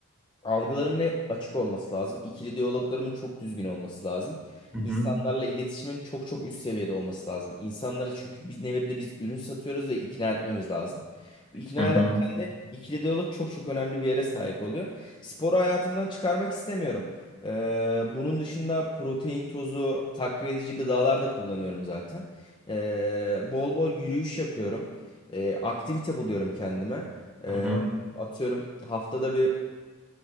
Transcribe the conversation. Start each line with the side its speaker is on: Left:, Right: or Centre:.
Left: algılarımın hep açık olması lazım. İkili diyaloglarımın çok düzgün olması lazım.
Centre: Hı hı.
Left: İnsanlarla iletişimin çok çok üst seviyede olması lazım. İnsanları çünkü biz nevirde biz ürün satıyoruz ve ikna etmemiz lazım. Bu ikna
Centre: Hı hı.
Left: ederken de ikili diyalog çok çok önemli bir yere sahip oluyor. Sporu hayatımdan çıkarmak istemiyorum. Ee, bunun dışında protein tozu, takviye edici gıdalar da kullanıyorum zaten. Ee, bol bol yürüyüş yapıyorum. Ee, aktivite buluyorum kendime. Ee,
Centre: Hı hı.
Left: atıyorum haftada bir